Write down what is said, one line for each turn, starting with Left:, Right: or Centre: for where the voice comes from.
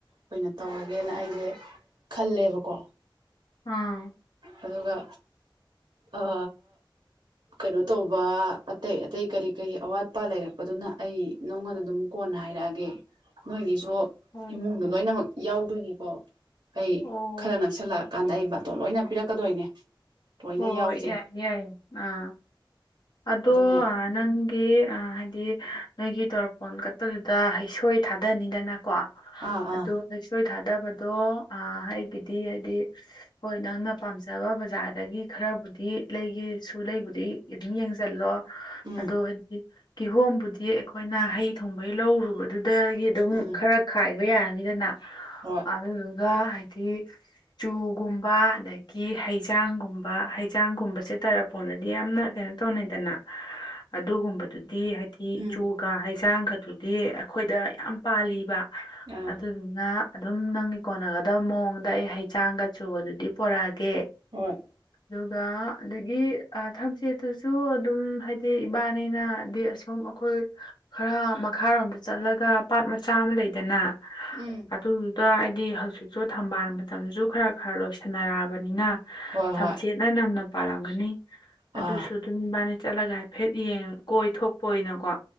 Right: ꯑꯣꯏꯅ ꯇꯧꯔꯒꯦꯅ ꯑꯩꯁꯦ ꯈꯜꯂꯦꯕꯀꯣ
Left: ꯑꯥ
Right: ꯑꯗꯨꯒ ꯑ ꯀꯩꯅꯣ ꯇꯧꯕ ꯑꯇꯩ ꯑꯇꯩ ꯀꯔꯤ ꯀꯔꯤ ꯑꯋꯥꯠ ꯑꯄꯥ ꯂꯩꯔꯛꯄꯗꯨꯅ ꯑꯩ ꯅꯪꯉꯣꯟꯗ ꯑꯗꯨꯝ ꯀꯣꯟꯅ ꯍꯥꯏꯔꯛꯑꯒꯦ ꯅꯣꯏꯒꯤꯁꯨ
Left: ꯍꯣꯏ
Right: ꯏꯃꯨꯡꯗꯣ
Left: ꯎꯝ
Right: ꯂꯣꯏꯅꯃꯛ ꯌꯥꯎꯗꯣꯏꯅꯤꯀꯣ ꯑꯩ
Left: ꯑꯣ
Right: ꯈꯔ ꯅꯛꯁꯜꯂꯛꯑ ꯀꯥꯟꯗ ꯑꯩ ꯕꯥꯠ ꯇꯣꯟ ꯂꯣꯏꯅ ꯄꯤꯔꯛꯀꯗꯣꯏꯅꯦ ꯂꯣꯏꯅ
Left: ꯍꯣꯏ
Right: ꯌꯥꯎꯖꯦ
Left: ꯌꯥꯏ ꯌꯥꯏ ꯑ ꯑꯗꯣ
Right: ꯑꯗꯨꯅꯦ
Left: ꯑ ꯅꯪꯗꯤ ꯍꯥꯏꯗꯤ ꯅꯣꯏꯒꯤ ꯇꯣꯔꯄꯣꯟ ꯀꯠꯄꯗꯨꯗ ꯍꯩꯁꯣꯏ ꯊꯥꯗꯅꯤꯗꯅ ꯀꯣ
Right: ꯑꯥ
Left: ꯑꯗꯨ
Right: ꯑꯥ
Left: ꯍꯩꯁꯣꯏ ꯊꯥꯗꯕꯗꯣ ꯑ ꯑꯩꯒꯤꯗꯤ ꯍꯥꯏꯗꯤ ꯍꯣꯏ ꯅꯪꯅ ꯄꯥꯝꯖꯕ ꯕꯖꯥꯔꯗꯒꯤ ꯈꯔꯕꯨꯗꯤ ꯂꯩꯒꯦꯁꯨ ꯂꯩꯕꯨꯗꯤ ꯏꯠ ꯑꯗꯨꯝ ꯌꯦꯡꯁꯤꯜꯂꯣ
Right: ꯎꯝ
Left: ꯑꯗꯣ ꯍꯥꯏꯗꯤ ꯀꯤꯍꯣꯝꯕꯨꯗꯤ ꯑꯩꯈꯣꯏꯅ ꯍꯩ ꯊꯣꯡꯕꯩ ꯂꯧꯔꯨꯕ ꯑꯗꯨꯗꯒꯤ ꯑꯗꯨꯝ
Right: ꯎꯝ
Left: ꯈꯔ ꯈꯥꯏꯕ ꯌꯥꯔꯅꯤꯗꯅ
Right: ꯍꯣꯏ
Left: ꯑꯗꯨꯗꯨꯒ ꯍꯥꯏꯗꯤ ꯆꯨꯒꯨꯝꯕ ꯑꯗꯒꯤ ꯀꯤ ꯍꯩꯖꯥꯡꯒꯨꯝꯕ ꯍꯩꯖꯥꯡꯒꯨꯝꯕꯁꯦ ꯇꯔꯄꯣꯟꯗꯗꯤ ꯌꯥꯝꯅ ꯀꯩ ꯀꯩꯅꯣ ꯇꯧꯅꯩꯗꯅ ꯑꯗꯨꯒꯨꯝꯕꯗꯨꯗꯤ ꯍꯥꯏꯗꯤ
Right: ꯎꯝ
Left: ꯆꯨ ꯀ ꯍꯩꯖꯥꯡꯒꯗꯨꯗꯤ ꯑꯩꯈꯣꯏꯗ ꯌꯥꯝ ꯄꯥꯜꯂꯤꯕ
Right: ꯑꯥ
Left: ꯑꯗꯨꯗꯨꯅ ꯑꯗꯨꯝ ꯅꯪꯒꯤ ꯀꯣꯟꯅꯒꯗꯕ ꯃꯑꯣꯡꯗ ꯑꯩ ꯍꯩꯖꯥꯡꯒ ꯆꯨꯒꯗꯨꯗꯤ ꯄꯣꯔꯛꯑꯒꯦ
Right: ꯍꯣꯏ
Left: ꯑꯗꯨꯒ ꯑꯗꯒꯤ ꯑ ꯊꯝꯆꯦꯠ ꯑꯗꯨꯁꯨ ꯑꯗꯨꯝ ꯍꯥꯏꯗꯤ ꯏꯕꯥꯏꯅꯤꯅꯗꯤ ꯑꯁꯨꯝ ꯑꯩꯈꯣꯏ ꯈꯔ ꯃꯈꯥꯔꯣꯝꯗ ꯆꯠꯂꯒ ꯄꯥꯠ ꯃꯆꯥ ꯑꯃ ꯂꯩꯗꯅ
Right: ꯎꯝ
Left: ꯑꯗꯨꯗꯨꯗ ꯍꯥꯏꯗꯤ ꯍꯧꯖꯤꯛꯁꯨ ꯊꯝꯕꯥꯜ ꯃꯇꯝꯖꯨ ꯈꯔ ꯈꯔ ꯂꯣꯏꯁꯤꯜ ꯅꯔꯛꯑꯕꯅꯤꯅ
Right: ꯍꯣꯏ
Left: ꯊꯝꯆꯦꯠꯅ
Right: ꯍꯣꯏ
Left: ꯅꯝꯅ ꯄꯥꯜꯂꯝꯒꯅꯤ
Right: ꯑꯥ
Left: ꯑꯗꯨꯁꯨ ꯑꯗꯨꯝ ꯏꯕꯥꯅꯤ ꯆꯠꯂꯒ ꯍꯥꯏꯐꯦꯠ ꯌꯦꯡ ꯀꯣꯏ ꯊꯣꯛꯄ ꯑꯣꯏꯅꯀꯣ